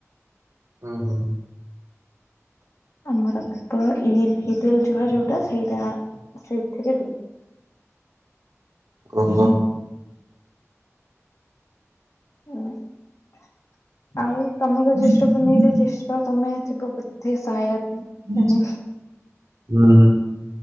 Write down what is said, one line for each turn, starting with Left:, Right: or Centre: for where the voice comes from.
Right: ହଁ ହଁ
Left: ଆମର କେବଳ ଇଦ୍ ଇଦ୍ ଉଲ ଯୁହା ଯୋଉଟା ସେଇଟା ସେ ଏଥିରେ ହୁଏ
Right: କ ହଁ
Left: <inaudible> ଆଉ ତମର
Right: ହୁଁ
Left: ଜ୍ୟେଷ୍ଠ ଭୂମିରେ ଜ୍ୟେଷ୍ଠ ତମେ ଥିବ ବଧେ ସାୟଦ
Right: <unintelligible> ହୁଁ
Left: ଜାଣି
Right: ଉଁ।